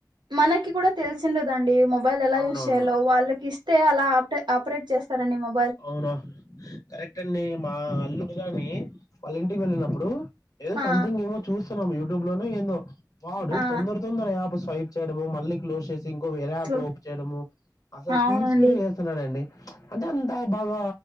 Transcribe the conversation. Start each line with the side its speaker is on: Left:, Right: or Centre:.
Right: మనకి కూడా తెలిసిండదండి మొబైల్ ఎలా
Left: అవునవును
Right: యూస్ చేయాలో వాళ్ళకి స్తే అలా ఆప ఆపరేట్ చేస్తారండి మా
Left: అవునా కరెక్ట్ అండి మా అల్లుడు గాని వాళ్ళ ఇంటికి వెళ్ళినప్పుడు ఏదో
Right: ఆ
Left: సంథింగ్ ఏమో చూస్తున్నాం యూట్యూబ్ లోనో ఏందో వాడు
Right: ఆ
Left: తొందర తొందర యాప్ స్వైప్ చేయడము మళ్ళీ క్లోజ్ చేసి ఇంకో వేరే
Right: అట్లు
Left: యాప్ ఓపెన్ చేయము అసల్
Right: అవునండి
Left: స్పీడ్ ఎస్ స్తున్నడండి అంటే అంత బాగా